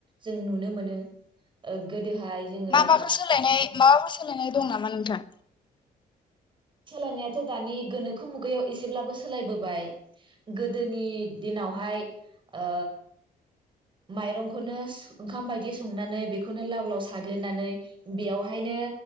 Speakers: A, on the right; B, on the left.
A: जों नुनो मोनो ओ गो गोदोहाय जोङो
B: माबाफोर सोलायनाय माबाफोर सोलायनाय दं नामा नोंथां?
A: सोलायनायाथ' दानि गोनोखो मुगायाव एसेब्लाबो सोलायबोबाय गो गोदोनि दिनावहाय ओ माइरंखौनो ओंखाम बायदि संनानै बेखौनो लाव लाव साग्लिनानै बेयावहायनो